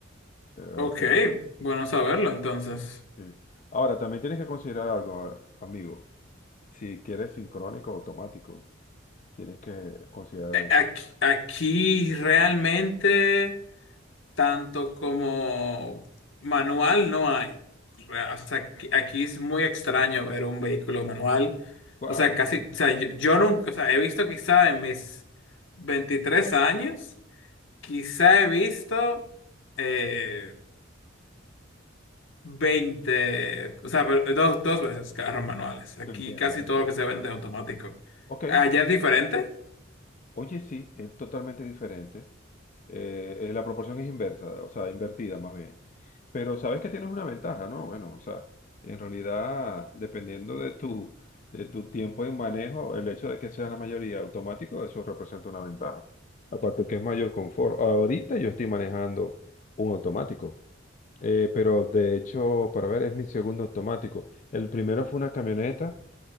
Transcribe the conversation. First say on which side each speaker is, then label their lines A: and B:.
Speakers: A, on the left; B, on the left.
A: de verdad
B: ok,
A: que
B: bueno saberlo entonces.
A: sí. Ahora, también tienes que considerar algo, eh, amigo, si quieres sincrónico o automático, tienes que considerar
B: Eh,
A: eso.
B: Aquí, aquí realmente... tanto como manual no hay. O sea, aquí, aquí es muy extraño ver un vehículo manual.
A: Wow,
B: O sea, casi, o sea, yo, yo nunca, o sea, he visto quizá en mis 23 años, quizá he visto, eh, 20, o sea, pero dos, dos veces carros manuales. Aquí
A: te entiendo,
B: casi
A: te entiendo.
B: todo lo que se vende es automático.
A: Ok,
B: ¿Allá es diferente?
A: Oye, sí, es totalmente diferente. Eh, eh, la proporción es inversa, o sea, invertida más bien. Pero sabes que tienes una ventaja, ¿no? Bueno, o sea, en realidad, dependiendo de tu, de tu tiempo en manejo, el hecho de que sea la mayoría automático, eso representa una ventaja. Aparte que es mayor confort. Ahorita yo estoy manejando un automático, eh, pero de hecho, para ver, es mi segundo automático. El primero fue una camioneta.